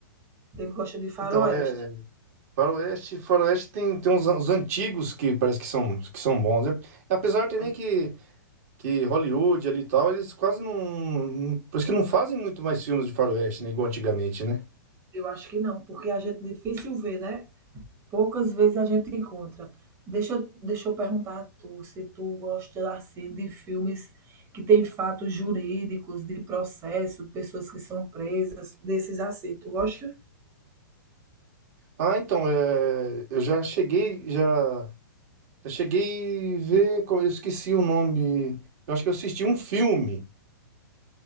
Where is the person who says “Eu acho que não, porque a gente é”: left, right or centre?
Right